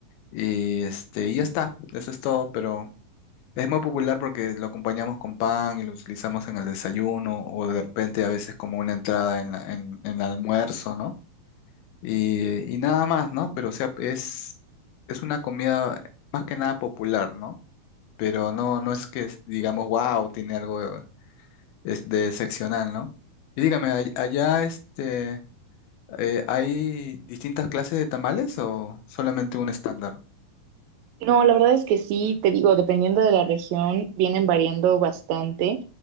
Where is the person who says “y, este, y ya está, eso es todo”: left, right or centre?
Left